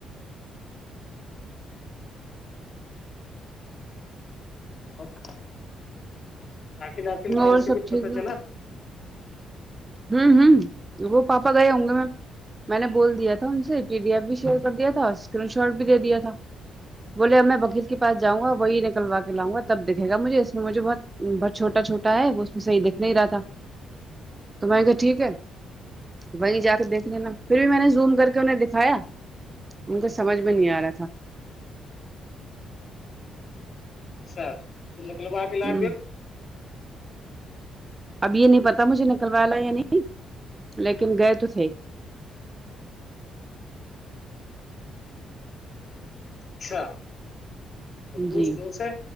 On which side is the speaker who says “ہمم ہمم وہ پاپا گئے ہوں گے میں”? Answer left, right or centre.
Right